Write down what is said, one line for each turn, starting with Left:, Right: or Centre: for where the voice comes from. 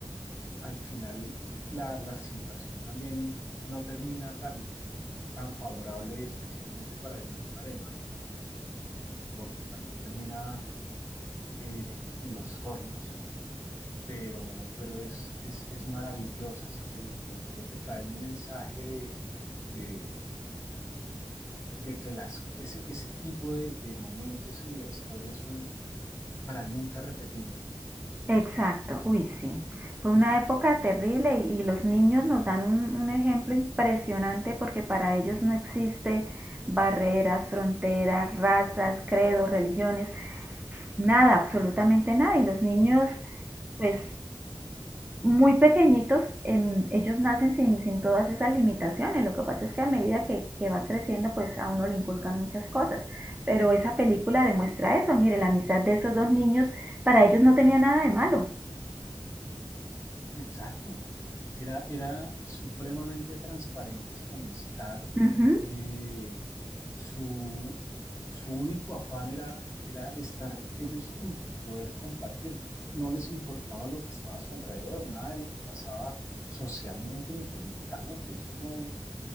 Left: Al final la, la situación también no termina tan, tan favorable, especialmente para el niño alemán, porque también termina eh, en los hornos pero, pero es, es, es maravillosa esa película. Creo que trae un mensaje de, de, de que las, ese, ese tipo de, de momentos en la historia son para nunca repetir.
Right: Exacto, uy, sí. Fue una época terrible y, y los niños nos dan un, un ejemplo impresionante porque para ellos no existe barreras, fronteras, razas, credos, religiones, nada, absolutamente nada. Y los niños, pues muy pequeñitos, em, ellos nacen sin, sin todas esas limitaciones. Lo que pasa es que a medida que, que va creciendo, pues a uno le inculcan muchas cosas. Pero esa película demuestra eso. Mire, la amistad de esos dos niños, para ellos no tenía nada de malo.
Left: Exacto. Era, era supremamente transparente su amistad.
Right: Ujú.
Left: eh, su, su único afán era, era estar ellos juntos, poder compartir. No les importaba lo que estaba a su alrededor, nada de lo que pasaba socialmente ni políticamente. Eso no,